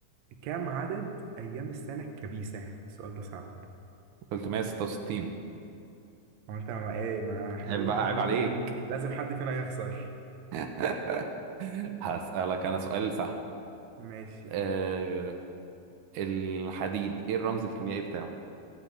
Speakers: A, on the right (about 75°); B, on the right (about 85°).
A: كم عدد أيام السنة الكبيسة؟ السؤال ده صعب
B: 366
A: هو أنت ما إيه ما إحنا
B: عيب
A: لازم
B: بقى
A: حد
B: عيب عليك
A: فينا لازم حد فينا يخسر
B: <laughs> هسألك أنا سؤال سهل
A: ماشي
B: آه، الحديد إيه الرمز الكيميائي بتاعه؟